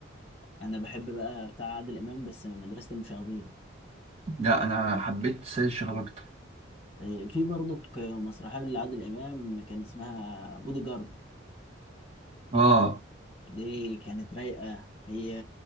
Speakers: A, on the left; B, on the right.
A: انا بحب بقى بتاع عادل امام بس من مدرسة المشاغبين
B: لا انا حبيت السيد الشغال اكتر
A: إيه، في برضك مسرحية لعادل إمام كان اسمها بودي جارد
B: اه
A: دي كانت رايقة هي